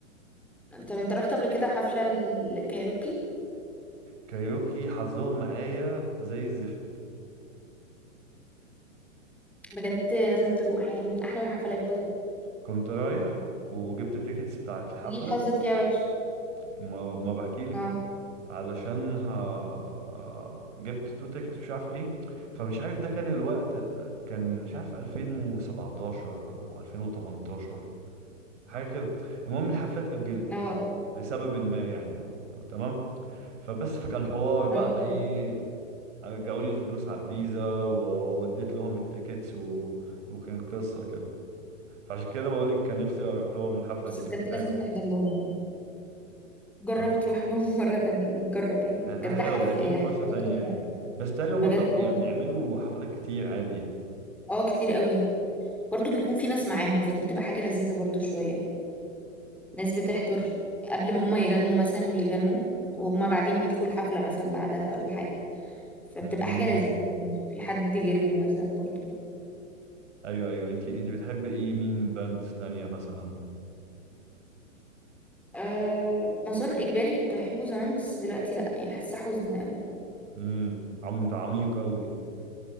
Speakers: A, in the centre; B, on the right (about 60°).
A: طب انت رحت قبل كده حفلة الكايروكي
B: كايروكي حظهم معايا زي الزفت
A: بجد لازم تروح يعني من احلى الحفلات بجد
B: كنت رايح وجبت التيكتس بتاعت الحفله
A: ليه حظك فيها وحش
B: ما, ما بحكيلك
A: اه
B: علشان ها جبت تو تيكتس مش عارف ايه فمش عارف ده كان الوقت كان مش عارف 2017 او 2018 حاجه كده المهم الحفله اتأجلت
A: اه
B: لسبب ما يعني تمام فبس فكان حوار بقى
A: اه
B: ايه رجعوا لي الفلوس على الفيزا ووديت لهم التيكتس و... وكان قصة كده فعشان كده بقول لك كان نفسي اروح لهم الحفلة
A: بس
B: دي
A: بجد
B: كان كايروكي
A: لازم تحضر لهم والله جرب
B: اه
A: تروح لهم <laughs> مرة تانية يعني جرب يعني
B: هحاول
A: بجد حفل
B: اديهم
A: ايه
B: فرصة
A: حفلاتهم
B: تانية يعني
A: حلوة.
B: بس تالي هما
A: بجد
B: بقوا
A: اه
B: يعني بيعملوا حفلات كتير عادي يعني
A: اه كتير قوي برضو بيكون في ناس معاهم فدي بتبقى حاجة لذيذة برضو شوية ناس بتحضر قبل ما هما يغنوا مثلا بيغنوا وهما بعدين بيدخلوا حفلة مثلا بعدها ولا حاجة فبتبقى
B: امم
A: حاجة لذيذة يعني في حد غيرهم مثلا برضو
B: ايوه ايوه انت انت بتحب ايه مين باندز تانية مثلا
A: أه مسار إجباري كنت بحبه زمان بس دلوقتي لأ يعني حاسة حزن أوي
B: امم عم ده عميق قوي